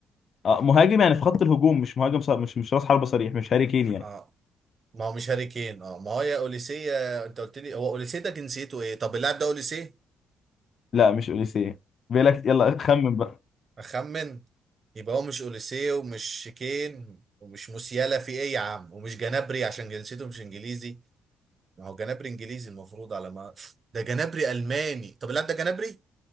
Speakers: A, on the left; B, on the right.
A: اه مهاجم يعني في خط الهجوم مش مهاجم صار مش مش راس حربة صريح مش هاري كين يعني
B: اه ما هو مش هاري كين اه ما هو يا اوليسيه انت قلت لي هو اوليسيه ده جنسيته ايه طب اللاعب ده اوليسيه
A: لا مش اوليسيه باقي لك يلا خمن بقى
B: اخمن يبقى هو مش اوليسيه ومش شيكين ومش موسيالا في ايه يا عم ومش جنابري عشان جنسيته مش انجليزي ما هو جنابري انجليزي المفروض على ما ده جنابري الماني طب لا ده جنابري